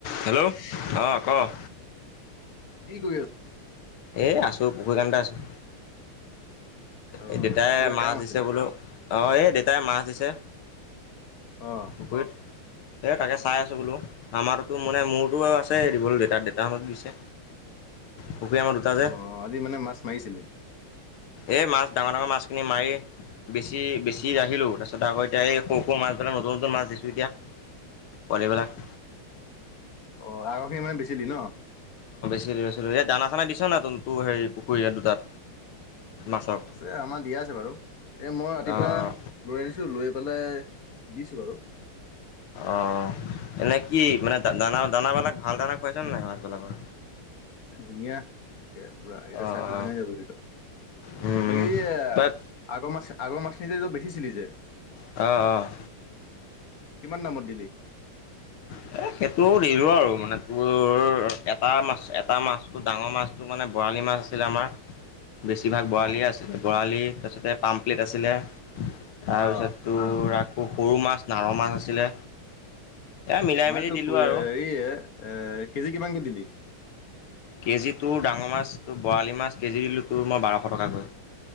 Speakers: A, on the left; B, on the left.
A: Hello? অ'! ক'?
B: কি কৰি আ
A: এ, আছোঁ, পুখুৰী খনতে আছোঁ।
B: অ
A: এ, দেউতাই
B: কিবা
A: মাছ
B: কাম
A: দিছে
B: আছিলে
A: বোলোঁ। অ'! এই দেউতাই মাছ দিছে,
B: অ
A: পুখুৰীত। এ, তাকে, চাই আছোঁ বোলোঁ। আমাৰতো টো মানে, মোৰতো আৰু আছে। <unintelligible> দেউতা, দেউতাহঁতে দিছে। পুখুৰী আমাৰ দুটা যে
B: অ'! আজি মানে, মাছ মাৰিছিলি?
A: এই মাছ, ডাঙৰ - ডাঙৰ মাছখিনি মাৰি বেছি - বেছি আহিলোঁ। তাৰপিছত, আকৌ এতিয়া, এই সৰু- সৰু মাছ, নতুন- নতুন মাছ দিছোঁ এতিয়া। পোৱালি বিলাক
B: অ'! আগৰখিনি মানে বেচিলি ন'?
A: <unintelligible> এই, দানা চানা দিছ নাই? তোৰ, তো হে পুখুৰী দুটাত মাছক?
B: এই, আমাক দিয়া আছে বাৰু। এ, মই ৰাতিপুৱা
A: অঁ
B: লৈ আনিছিলোঁ। লৈ পেলাই দিছোঁ বাৰু।
A: অ'! এনে কি? মানে, দানা - দানাবিলাক, ভাল দানা খুৱাইছা নাই মাছবিলাকৰ?
B: ধুনীয়া! এইয়া পুৰা এই
A: অ',
B: স্বাস্থ্য
A: অ',
B: ধুনীয়াই যাব সেইটো। বাকী
A: উম,
B: এ,
A: বাট
B: আগৰ মাছ, আগৰ মাছ নি যে বেছি চিলি যে?
A: অ'! অ'!
B: কিমান দামত দিলি?
A: এ, সেইটো দিলোঁ আৰু মানে, তোৰ এটা মাছ, এটা মাছটো ডাঙৰ মাছটো মানে, বৰালি মাছ আছিলে আমাৰ। বেছিভাগ বৰালি
B: অ
A: আছিলে, বৰালি, তাৰপিছতে পামপ্লেট আছিলে। তাৰপিছত,
B: অ অ
A: তোৰ আকৌ, সৰু মাছ, নাৰ মাছ আছিলে। মিলাই
B: মই
A: মেলি
B: তোক,
A: দিলোঁ
B: হেৰি
A: আৰু।
B: এ, কেজি কিমানকে দিবি?
A: কেজিটো ডাঙৰ মাছ, বৰালি মাছ, কেজি দিলোঁ তোৰ, মই বাৰশ টকাকৈ।